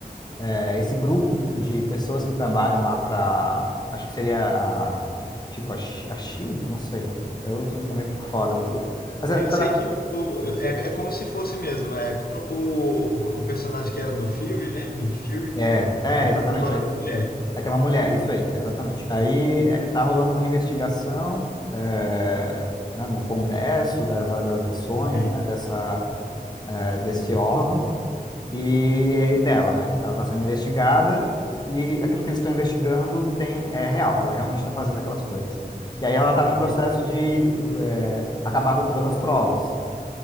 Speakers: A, on the left; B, on the left.
A: É, esse grupo de pessoas que trabalham lá para, acho que seria a, tipo a, Sh- a Shield, não sei. Eu sou também por fora do. Mas é,
B: Eu
A: tra-
B: sei que mudou. É, é como se fosse mesmo. É, trocou o, o personagem que era do Fury, né? Nick Fury.
A: é, é,
B: Eu
A: exatamente.
B: agora
A: Aí,
B: é uma mulher.
A: aí tem uma mulher, isso aí, exatamente. Aí é, tá rolando uma investigação é, né, no Congresso das, das ações,
B: ok?
A: né, dessa, é, desse órgão. e, e dela, né? Ela está sendo investigada e aquilo que eles estão investigando tem é real, ela realmente está fazendo aquelas coisas. E aí ela está num
B: Entendi.
A: processo de é, acabar com todas as provas.